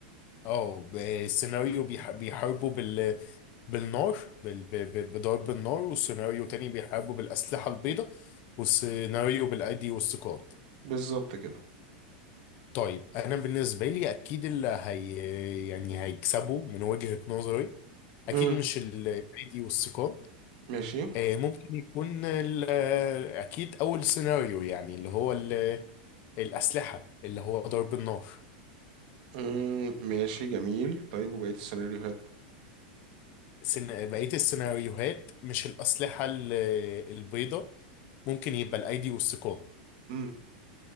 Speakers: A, on the left; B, on the right.
A: اه ب- السيناريو بيح... بيحاربوا بال بالنار بال... ب... ب... بضرب النار والسيناريو تاني بيحاربوا بالاسلحه البيضاء والسيناريو بالايدي والسكات
B: بالظبط كده
A: طيب انا بالنسبه لي اكيد اللي هي يعني هيكسبوا من وجهه نظري اكيد
B: امم
A: مش الايدي والثقاب
B: ماشي
A: آه، ممكن يكون ال- آه، اكيد اول سيناريو يعني اللي هو ال- الاسلحه اللي هو ضرب النار
B: امم ماشي جميل طيب وبقية السيناريوهات
A: سن- بقيه السيناريوهات مش الاسلحه ال- البيضاء ممكن يبقى الايدي والثقاب
B: امم